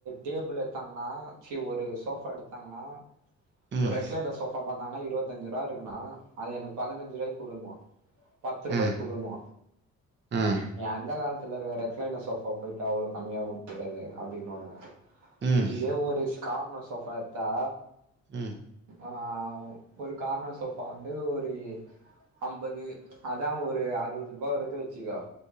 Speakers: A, on the right (about 80°); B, on the right (about 35°).
A: டேபிள் எடுத்தாங்கனா ஒரு சோஃபா எடுத்தாங்கனா
B: ம்
A: ஒரு ரெக்லைல சோபா பாத்தாங்கன்னா இருவத்தஞ்சி ரூபா இருக்குன்னா அது எனக்கு பதினஞ்சி ரூபாய்க்கு க குடுன்போம் பத்து ரூபாய்க்கு
B: ஆ
A: குடுன்போ
B: ஆ
A: நீ அந்த காலத்துல இருக்குற ரெக்லைன சோபா போயிட்டு அவ்வளவு கம்மியா குடுக்குறது அப்படின்னுவாங்க
B: ம்
A: இதே ஒரு கார்னர் சோஃபா எடுத்தா
B: ம்
A: ஆ ஒரு கார்னர் சோஃபா வந்து ஒரு அம்பது அதான் ஒரு அறுபது ரூபாய் வரைக்கு வச்சுக்கோ